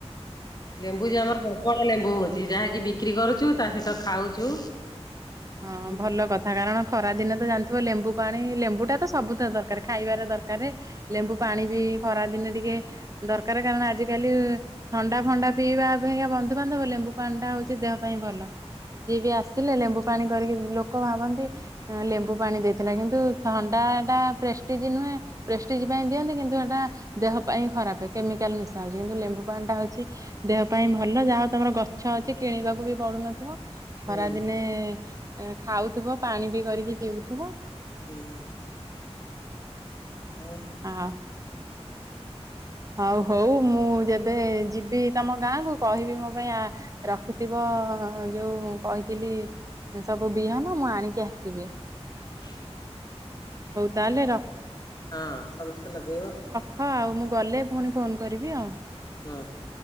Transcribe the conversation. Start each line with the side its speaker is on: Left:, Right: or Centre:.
Left: ଲେମ୍ବୁ ଯେ ଆମର ପ୍ରବଳ ଲେମ୍ବୁ ହଉଛି ଯାହାକି ବିକ୍ରି କରୁଛୁ ତା ସହିତ ଖାଉଛୁ।
Right: ହଁ
Left: ହୁଁ
Right: ଭଲ କଥା କାରଣ ଖରା ଦିନେ ତ ଜାଣିଥିବ ଲେମ୍ବୁ ପାଣି ଲେମ୍ବୁ ଟା ତ ସବୁଥିରେ ଦରକାର ଖାଇବାରେ ଦରକାର। ଲେମ୍ବୁ ପାଣି ବି ଖରା ଦିନେ ଟିକେ ଦରକାର କାରଣ ଆଜିିକାଲି ଥଣ୍ଡା ଫଣ୍ଡା ପିଇବା ଅପେକ୍ଷା ବନ୍ଧୁବାନ୍ଧବ ଲେମ୍ବୁ ପାଣି ଟା ହଉଛି ଦେହ ପାଇଁ ଭଲ। ଯିଏ ବି ଆସିଲେ ଲେମ୍ବୁ ପାଣି କରିକି ଲୋକ ଭାବନ୍ତି ଲେମ୍ବୁ ପାଣି ଦେଇଥିଲା କିନ୍ତୁ ଥଣ୍ଡା ଟା ପ୍ରେଷ୍ଟିଜ ନୁହେଁ ପ୍ରେଷ୍ଟିଜି ପାଇଁ ଦିଅନ୍ତି କିନ୍ତୁ ହେଟା ଦେହ ପାଇଁ ଖରାପ କେମିକାଲ୍ ମିଶାହଉଛି କିନ୍ତୁ ଲେମ୍ବୁ ପାଣିଟା ହଉଛି ଦେହ ପାଇଁ ଭଲ ଯାହାହଉ ତମର ଗଛ ଅଛି କିଣିବାକୁ ବି ପଡୁନଥିବ।
Left: ଜଣେ
Right: ଖରାଦିନେ ଖାଉଥିବ ପାଣି ବି କରିକି ପିଉଥିବ।
Left: ହୁଁ ହ ହୁଁ।
Right: ଆ। ହଉ ହଉ ମୁଁ ଯେବେ ଯିବି ତମ ଗାଁକୁ କହିବି ମୋ ପାଇଁ ଆ ରଖିଥିବ ଯୋଉ କହିଥିଲି ସେ ସବୁ ବିହନ ମୁଁ ଆଣିକି ଆସିବି।
Left: <unintelligible>
Right: ହଉ ତାହେଲେ ରଖ
Left: ହଁ ସମସ୍ତେ ଲଗେଇବ।
Right: ହ ଆଉ ମୁଁ ଗଲେ ପୁଣି ଫୋନ୍ କରିବି ଆଉ।
Left: ହଁ ହଁ।